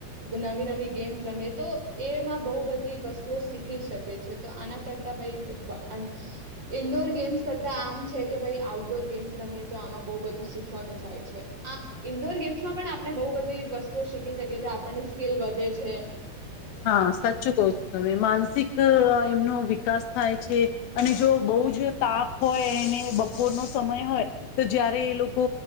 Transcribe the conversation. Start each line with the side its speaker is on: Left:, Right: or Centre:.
Right: નવી નવી ગેમ્સ રમીએ તો એમાં બહુ બધી વસ્તુઓ શીખી શકે છે તો આના કરતા ભાઈ, ઇન્ડોર ગેમ્સ કરતા આમ છે કે ભાઈ આઉટડોર ગેમ્સ રમીએ તો આમાં બહ બધું શીખવાનું થાય છે. આ ઇન્ડોર ગેમ્સમાં પણ આપણે બહુ બધી વસ્તુઓ શીખી શકીએ આપણની સ્કીલ વધે છે.
Left: હા સાચું કહો છો તમે માનસિક એમનો વિકાસ થાય છે. અને જો બહુ જ તાપ હોય બપોર નો સમય હોય તો જયારે એ લોકો